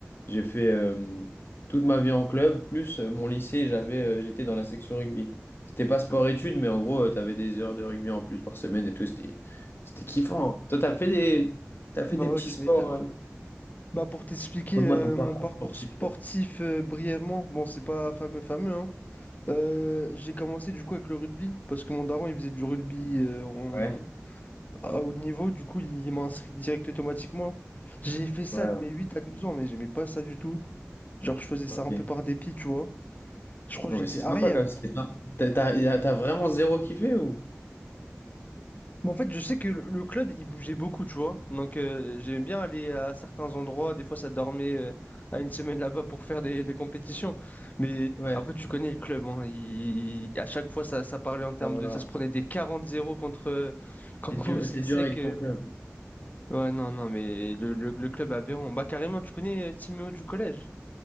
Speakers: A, on the left; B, on the left.
A: j'ai fait euh, toute ma vie en club, plus euh, mon lycée, j'avais, euh, j'étais dans la section rugby. C'était pas sport-études, mais en gros, tu t'avais des heures de rugby en plus par semaine et tout, c'était, c'était kiffant. hein. Toi, t'as fait des, t'as fait
B: bah
A: des petits
B: ouais, tu
A: sports.
B: m'étonnes.
A: euh,
B: Bah pour t'expliquer
A: Raconte-moi
B: euh,
A: ton parcours
B: mon parcours
A: sportif.
B: sportif
A: toi.
B: euh, brièvement, bon, c'est pas fameux fameux, hein. Euh, j'ai commencé du coup avec le rugby parce que mon daron il faisait du rugby euh, en-
A: Ouais,
B: à haut niveau, du coup il m'a inscrit direct automatiquement. J'ai fait ça
A: ouais, ouais.
B: de mes 8 à 12 ans, mais j'aimais pas ça du tout. Genre je faisais ça
A: ok.
B: un peu par dépit, tu vois. Je crois
A: Non,
B: que j'étais
A: mais c'est
B: arrière.
A: sympa quand même, c'était sympa. T'as, t'as- y a- t'as vraiment zéro kiffé ou?
B: Mais en fait, je sais que le le club, il bougeait beaucoup, tu vois. Donc, euh, j'aimais bien aller à certains endroits. Des fois, ça dormait euh, à une semaine là-bas pour faire des, des compétitions. Mais
A: Ouais,
B: après, tu connais le club. hein. Il- il- à chaque fois, ça, ça parlait en termes
A: ça va.
B: de... Ça se prenait des quarante zéro contre, euh, contre
A: T'es dur,
B: <laughs> Mozilsec.
A: t'es dur avec
B: euh.
A: ton club.
B: Ouais, non, non, mais le, le, le club aberrant. Bah, carrément, tu connais euh, Timéo du collège.